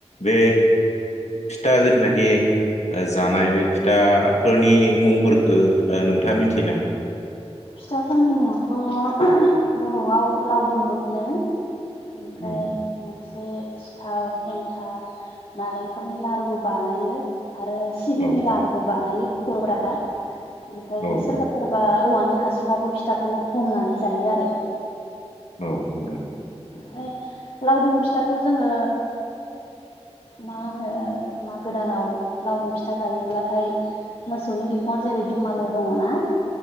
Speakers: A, on the left; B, on the left.
A: बे फिथा जिथुनाखि जानाय बे फिथाफोरनि मुंफोरखौ नोंथाङा मिथियो नामा
B: फिथाफोरनि मुङाथ' बर'आव लावदुमबो होनो ओमफ्राय
A: उम
B: मा एसे सिथाव एन्थाब नालेंखलनि लारुबो बानायो। आरो सिबिंनि
A: औ
B: लारुबो बानायो बरर'फ्रा ओमफ्राय
A: औ
B: सोरबा सोरबा औवानि हासुुंआवबो फिथाखौ हमनानै जायो आरो
A: औ नंगौ
B: ओमफ्राय लावदुम फिथाखौ जोङो मा होनो मा गोदानाव लावदुम फिथा जायोब्लाथाय मोसौनि बिखुंआव जेरै दुमालु दङना